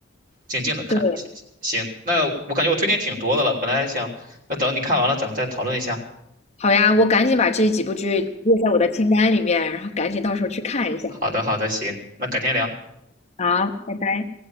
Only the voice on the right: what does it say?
静静的看。
行，行那我感觉我推荐挺多的了，本来还想那等你看完了咱们再讨论一下。
好的，好的，行，那改天聊。